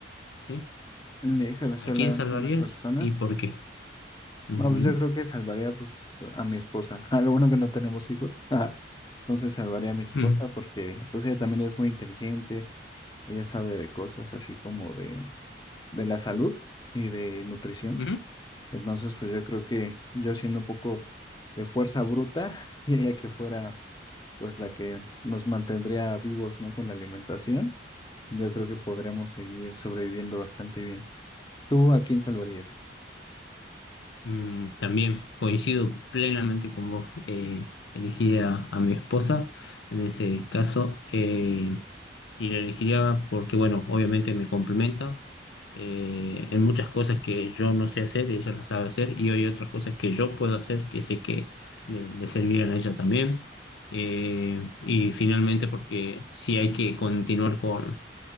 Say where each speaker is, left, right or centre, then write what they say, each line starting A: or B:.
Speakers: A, on the left (about 70°); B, on the left (about 20°).
A: ¿sí?
B: Híjole,
A: ¿A
B: solo
A: quién
B: a
A: salvarías
B: una persona.
A: y por qué? Ujú,
B: No, pues yo creo que salvaría pues a mi esposa. <laughs> Ah, lo bueno que no tenemos hijos. <laughs> Ah, Entonces salvaría a mi
A: ujú,
B: esposa porque pues ella también es muy inteligente. Ella sabe de cosas así como de, de la salud y de nutrición.
A: ujú.
B: Entonces, pues yo creo que yo siendo un poco de fuerza bruta, <laughs> diría que fuera pues la que nos mantendría vivos, ¿no? Con la alimentación, yo creo que podríamos seguir sobreviviendo bastante bien. ¿Tú a quién salvarías? <laughs>
A: Mm, también coincido plenamente con vos. Eh, elegiría a mi esposa en ese caso eh, y la elegiría porque, bueno, obviamente me complementa eh, en muchas cosas que yo no sé hacer, ella las sabe hacer y hay otras cosas que yo puedo hacer que sé que le, le servirían a ella también. Eh, y finalmente porque si hay que continuar con